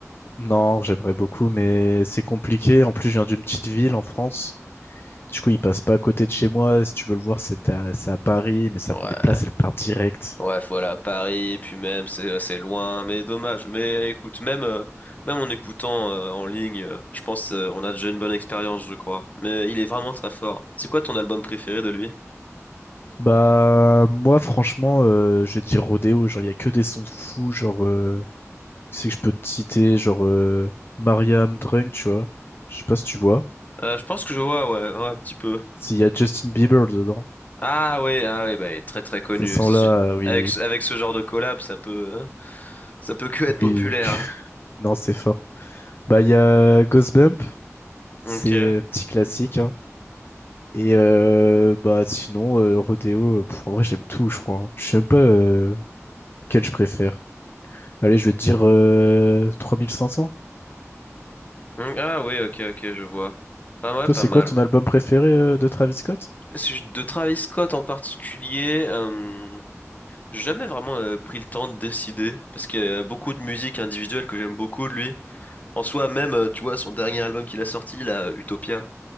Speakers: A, on the left; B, on the left.
A: Non, j'aimerais beaucoup, mais c'est compliqué. En plus, je viens d'une petite ville en France. Du coup, il passe pas à côté de chez moi. Si tu veux le voir, c'est à, c'est à Paris, mais ça,
B: Ouais.
A: les places, elles partent direct.
B: Ouais, voilà, Paris, puis même, c'est assez loin, mais dommage. Mais écoute, même, euh, même en écoutant euh, en ligne, euh, je pense euh, on a déjà une bonne expérience, je crois. Mais il est vraiment très fort. C'est quoi ton album préféré de lui?
A: Bah moi franchement euh, je vais dire Rodéo, genre il y a que des sons de fou, genre euh, c'est que je peux te citer, genre euh, Mariam Drunk, tu vois. Je sais pas si tu vois.
B: Euh, je pense que je vois, ouais, ouais, un petit peu.
A: S'il y a Justin Bieber dedans.
B: Ah oui, ah oui, bah, il est très très connu.
A: Ces sons-là,
B: C'est su-
A: euh, oui,
B: Avec, ce- avec ce genre de collab, ça peut, hein, ça peut que être
A: oui,
B: populaire.
A: euh, que- <laughs>
B: hein.
A: non c'est fort. Bah il y a Ghost Bump, c'est
B: Ok.
A: euh, petit classique, hein. Et euh, bah sinon euh, Rodéo, euh, pff, en vrai j'aime tout je crois. hein. Je sais même pas euh, lequel je préfère. Allez, je vais te dire euh, 3500.
B: Mm, Ah oui, ok, ok, je vois. Pas mal,
A: Toi,
B: pas
A: c'est
B: mal.
A: quoi ton album préféré euh, de Travis Scott?
B: Si je- De Travis Scott en particulier. euh, J'ai jamais vraiment euh, pris le temps de décider, parce qu'il y a beaucoup de musique individuelle que j'aime beaucoup de lui. En soi, même, euh, tu vois, son dernier album qu'il a sorti, là, Utopia,